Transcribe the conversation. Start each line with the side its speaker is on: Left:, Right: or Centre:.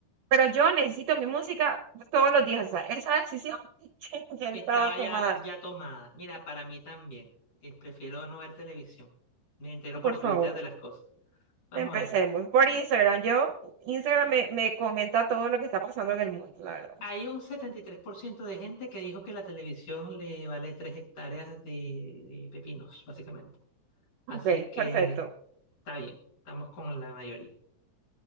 Right: Pero yo necesito mi música todos los días. O sea, esa decisión <laughs> ya
Left: Estaba
Right: estaba tomada.
Left: ya, ya tomada. Mira, para mí también. Eh, prefiero no ver televisión. Me entero por
Right: Por
Left: Twitter
Right: favor,
Left: de las cosas. Vamos
Right: empecemos.
Left: a ver.
Right: Por Instagram. Yo, Instagram me, me comenta todo lo que está pasando en el mundo, la verdad.
Left: Hay un 73% de gente que dijo que la televisión le vale tres hectáreas de, de pepinos, básicamente. Así
Right: Ok,
Left: que
Right: perfecto.
Left: está bien, estamos con la mayoría.